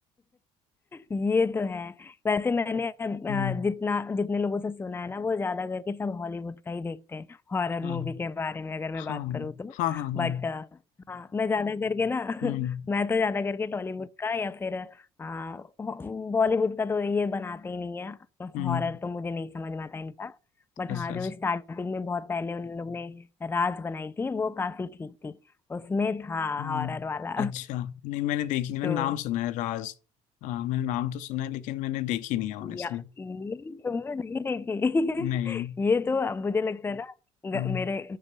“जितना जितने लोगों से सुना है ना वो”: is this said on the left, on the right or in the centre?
Left